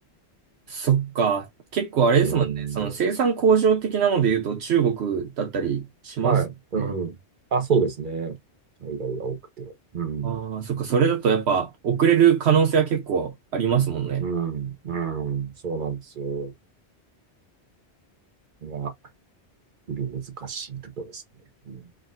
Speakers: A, on the right (about 70°); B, on the right (about 50°).
A: そっか。結構あれですもんね。
B: うー
A: その生産工場的なので言うと中国だったりしますね。
B: ん、はい、うん。あ、そうですね。海外が多くて。うん。
A: ああ、そっか、それだとやっぱ遅れる可能性は結構ありますもんね。
B: うん、うん、そうなんですよ。まあ、日々難しいところですね。うん、